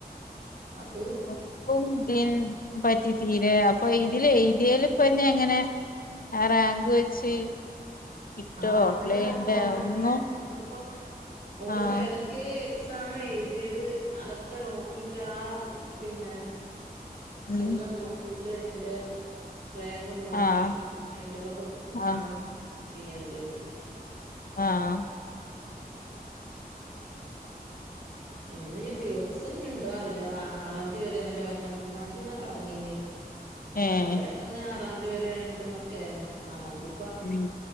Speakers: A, on the right; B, on the left.
A: അത്
B: <unintelligible> തീരെ അപ്പൊ ഇതില് എയ്തേല്പ്പഞ്ഞി എങ്ങനെ ആ റാങ്ക് വെച്ച് കിട്ടോ
A: ആഹ് അങ്ങനെ
B: പ്ലേന്റെ
A: നോക്കണോല്ലോ
B: ഒന്നും
A: നമ്മള്പ്പോ ഓള്പ്പെ
B: ആഹ്
A: ഏതൊ ക്കെ എക്സാം എഴുതിയത് അതൊക്കെ നോക്കീട്ട് ആ പിന്നെ
B: ഉം
A: എല്ലം നോക്കീട്ട് അയിന്റെ റാങ്ക് ക്കും നോക്കി
B: ആഹ്
A: അയിന്റതൊക്കെ കു
B: ആഹ്
A: ആണ് ചെയ്യേണ്ടത്
B: ആഹ്
A: അയ്നിപ്പഞ്ഞി ദിവസം ഞ്ഞിണ്ടോ അറീല അറാ ആറാന്തി വരേന്നല്ലെ പറഞ്ഞ് മൂന്നാന്തീന്ന പറഞ്ഞീന്ന്
B: ഏഹ്
A: അളിയാക്കർഞ്ഞ് ആറാന്തി വരെണ്ട്ന്നൊക്കെയാണ് ആറാന്തി
B: ഉം